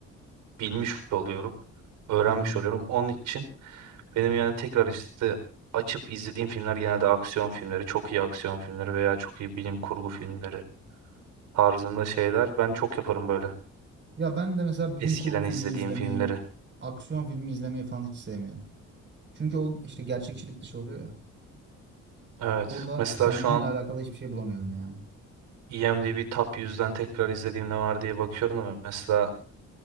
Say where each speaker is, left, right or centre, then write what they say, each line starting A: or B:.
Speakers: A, on the right; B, on the right.
A: bilmiş oluyorum. Öğrenmiş
B: Hı hı.
A: oluyorum. Onun için benim yani tekrar işte açıp izlediğim filmler genelde aksiyon filmleri, çok iyi aksiyon filmleri veya çok iyi bilim kurgu filmleri tarzında şeyler. Ben çok yaparım böyle
B: Ya ben de mesela bilim
A: eskiden
B: kurgu filmi
A: izlediğim
B: izlemeyi,
A: filmleri.
B: aksiyon filmi izlemeyi falan hiç sevmiyorum. Çünkü o işte gerçekçilik dışı oluyor ya.
A: Evet.
B: Orada
A: Mesela
B: kendimle
A: şu an
B: alakalı hiçbir şey bulamıyorum yani.
A: IMDb Top yüzden tekrar izlediğim ne var diye bakıyorum ama mesela